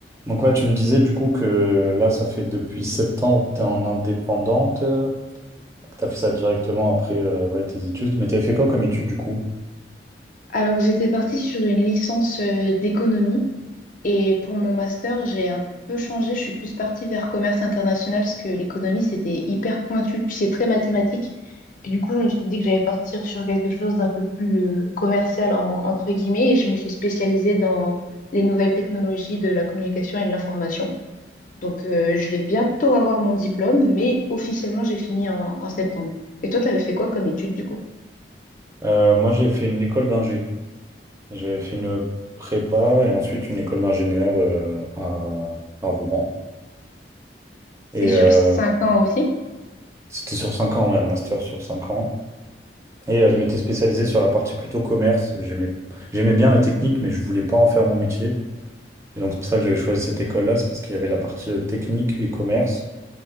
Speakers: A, on the right (about 15°); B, on the left (about 45°).
A: Donc ouais, tu me disais du coup que là, ça fait depuis septembre que tu es en indépendante, euh, que tu as fait ça directement après euh, ouais, tes études. Mais tu as fait quoi comme études du coup?
B: Alors, j'étais partie sur une licence euh, d'économie et pour mon master, j'ai un peu changé. Je suis plus partie vers commerce international parce que l'économie, c'était hyper pointu, puis c'est très mathématique. Et du coup, je me suis dit que j'allais partir sur quelque chose d'un peu plus euh, commercial, en- entre guillemets, et je me suis spécialisée dans les nouvelles technologies de la communication et de l'information. Donc, euh, je vais bientôt avoir mon diplôme, mais officiellement, j'ai fini en, en septembre. Et toi, tu avais fait quoi comme étude du coup?
A: Euh, moi, j'ai fait une école d'ingé. J'avais fait une prépa et ensuite une école d'ingénieur euh, à, à Rouen.
B: C'est
A: Et
B: sur
A: euh,
B: cinq ans aussi?
A: c'était sur 5 ans, ouais, un master sur cinq ans. Et euh, je m'étais spécialisé sur la partie plutôt commerce. J'aimais, j'aimais bien la technique, mais je voulais pas en faire mon métier. Et donc c'est pour ça que j'avais choisi cette école-là, c'est parce qu'il y avait la partie euh, technique et commerce.